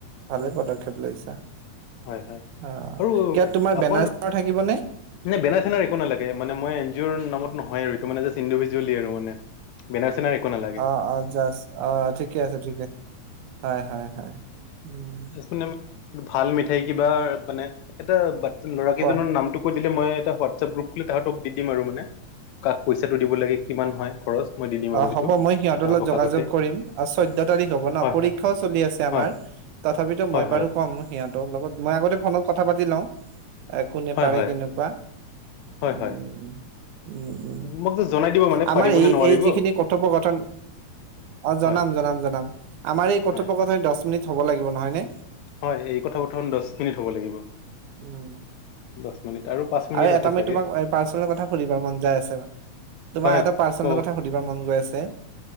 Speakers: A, on the right; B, on the left.
A: ভালেই পদক্ষেপ লৈছা।
B: হয়- হয়
A: অ',
B: আৰু
A: কিয় তোমাৰ
B: আপোনালোক
A: বেনাৰ চেনাৰ
B: <unintelligible>
A: থাকিবনে?
B: জোনে বেনাৰ চেনাৰ একো নালাগে মানে মই এন জিউৰ নামত নহয় আৰুটো মানে যে ইণ্ডিভিজুৱেলি আৰু মানে বেনাৰ চেনাৰ একো নালাগে
A: আহ আহ যাস আহ ঠিকে আছে ঠিকেছে হয়- হয়- হয়। উম,
B: মানে ভাল মিঠাই
A: উম
B: কিবা মানে। এটা লৰা কেইজনৰ
A: কোৱা
B: নামটো কৈ দিলে মই এটা হোৱাটছএপ গ্ৰুপ খুলি তাহাঁতক দি দিম আৰু মানে কাক পইচাটো দিব লাগে কিমান হয় খৰচ? মই দি দিম
A: অ
B: আৰু সেইটো
A: হ'ব মই সিহঁতৰ
B: তাহাঁতক
A: লগ যোগাযোগ
B: আগতে
A: কৰিম চৈধ্যয় তাৰিখ হ'ব ন
B: হয়
A: পৰীক্ষাও
B: হয়
A: চলি আছে আমাৰ
B: হয়
A: তথাপিতো
B: হয়
A: মই বাৰু
B: হয়
A: ক'ম সিহঁতৰ লগত মই আগতে ফণত কথা পাতি লওঁ। কোনে
B: হয়
A: পাৰে
B: হয়
A: কেনেকুৱা
B: হয়
A: উম',
B: হয়
A: - উম', - উম',
B: মোক যে জনাই দিব মানে
A: আমাৰ
B: পাৰিব
A: এই।
B: নে নোৱাৰিব
A: এই যিখিনি কথপকথন অ জনাম
B: হয়
A: জনাম জনাম আমাৰ এই কৰথপ্যকথন
B: হয়
A: দহ মিনিট থব লাগিব নহয় নে?
B: হয় এই কথা কথা দহ মিনিট হ'ব লাগিব
A: উম
B: দহ মিনিট পাঁচ মিনিট
A: আৰু
B: আছে
A: এটা মই
B: চাগে
A: তোমাক পাৰ্চনেল কথা সুধিবা মন যাই আছে তোমাক
B: হয় হয়
A: এটা পাৰ্চনেল
B: ক
A: কথা সুধিব মন। গৈ আছে।